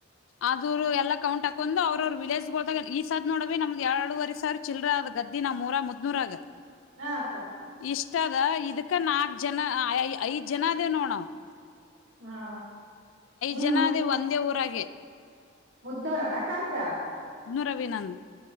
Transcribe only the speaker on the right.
ಹಾ ಅಕ್ಕ
ಹಾ <unintelligible>
ಮುದ್ದೋರಾನ ಕಂದ್